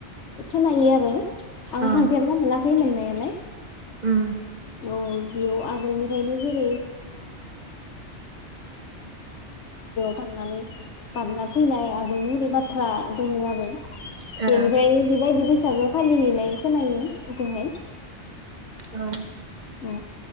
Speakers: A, on the left (about 80°); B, on the right (about 45°).
A: खोनायो आरो आं
B: औ
A: थांफेरना मोना खै मोननायालाय।
B: उम
A: औ बावखुंग्रि हाजोयाव थांनानै बारना थैनाय आगोलनि ओरै बाथ्रा दोङो आरो बेनिफाय
B: ओ
A: बिबायदि बैस सागो फालिहैनाय खोनायो ओजोंहाय।
B: औ
A: औ